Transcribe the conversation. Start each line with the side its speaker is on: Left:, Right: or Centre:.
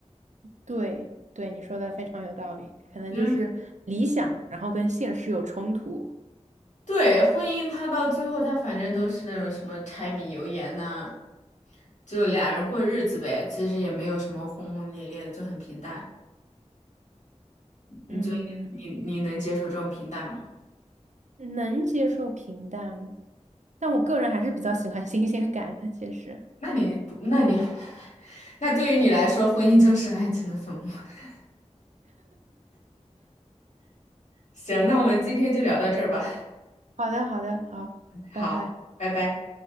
Right: <laughs> 对对，你说的非常有道理，可能就是理想，
Left: 嗯，
Right: 然后跟现实有冲突。
Left: 对，婚姻它到最后，它反正都是那种什么柴米油盐呐、就俩人过日子呗，其实也没有什么轰轰烈烈的，就很平淡。你觉得你你你能接受这种平淡吗？
Right: 嗯，能接受平淡，但我个人还是比较喜欢新鲜感的，其实。
Left: 那你不，那你，<laughs> 那对于你来说，婚姻就是爱情的坟墓。<laughs> 行，那我们今天就聊到这儿吧。
Right: 好的，好的，好，
Left: 好，
Right: 拜拜。
Left: 拜拜。